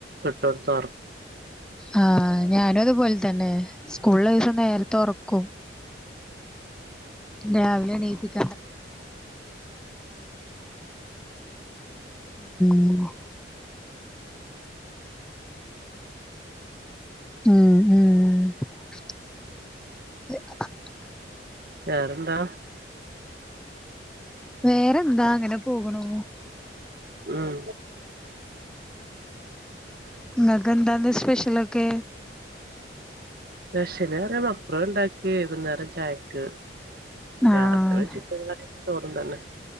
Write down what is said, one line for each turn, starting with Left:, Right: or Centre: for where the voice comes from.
Right: ഇട്ടൊട്ത്ത് ഒർ
Centre: ആഹ് ഞാനും അതുപോലെ തന്നെ സ്കൂൾള്ള ദിവസം നേര്ത്തെ ഒറക്കും. രാവിലെ എണീപ്പിക് <unintelligible> ഉം ഉം
Right: വേറെന്താ?
Centre: വേറെന്താ അങ്ങനെ പോകണു
Right: ഉം
Centre: ഇങ്ങക് എന്താന്ന സ്പെഷ്യലൊക്കെ?
Right: നഷല് പറിയ മക്രുണിണ്ടാക്കി വൈകുന്നേരം ചായയ്‌ക്ക്
Centre: ആഹ്
Right: രാത്രി ചിക്കൻ കറിം ചോറും തന്നെ.